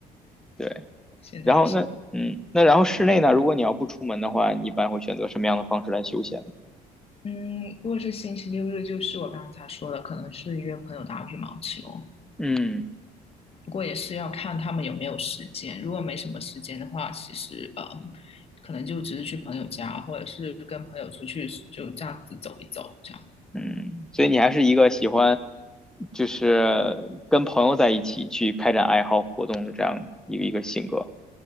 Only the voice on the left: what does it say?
现在还是
嗯，如果是星期六日，就是我刚才说的，可能是约朋友打羽毛球。
不过也是要看他们有没有时间。如果没什么时间的话，其实呃，可能就只是去朋友家，或者是跟朋友出去，就这样子走一走，这样。